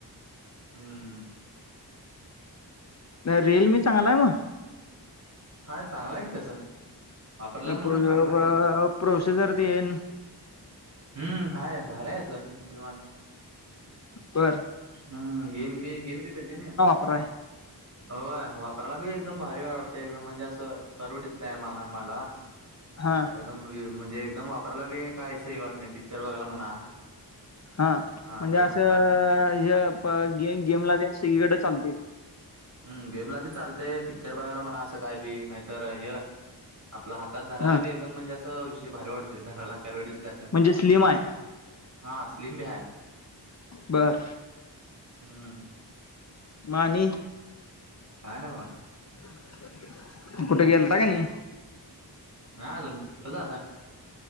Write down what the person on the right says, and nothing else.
हम्म.
हा चांगला आहे की तस. वापरला मला
चांगला आहे की.
हम्म. हाय भारी ह्यातलं. म्हणजे निवांत.
हम् गेम मी गेम बी खेळतोय नाही.
होय वापरायला बी एकदम भारी आवडते. एकदम म्हणजे असं कर्व डिस्प्लेय आहे मला.
एकदम म्हणजे एकदम वापरायला बी काय असं हे होत नाही. पिक्चर बघायला म्हणा.
हा
हातात
हम् गेमला बी चालतेय. पिक्चर बघायला म्हणा. असं काय बी. नाहीतर ह आपला हात तात धरायला
बी एकदम म्हणजे असं आ विषय भारी वाटतोय. धरायला कर्व डिस्प्ले असल्यामुळं.
हा स्लीम बी हाय.
हम.
काय नाही व
नाही अजून कुठं जाता?